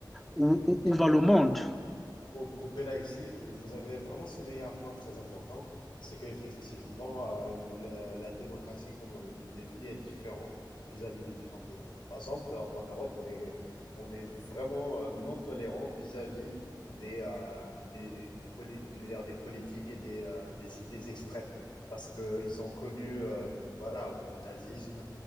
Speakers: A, in the centre; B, on the left.
A: Où,
B: vois,
A: où, où va le monde?
B: faut couper là ici. Vous avez vraiment souligné un point très important, c'est qu'effectivement, euh, la, la démocratie, comme on le dé- définit, est différente vis-à-vis des différents pays. Par exemple, en Europe, on est, on est vraiment euh, non tolérant vis-à-vis des, euh, des, des, poli- je veux dire, des politiques et des, euh, des idées extrêmes, parce qu'ils ont connu euh, voilà, le nazisme,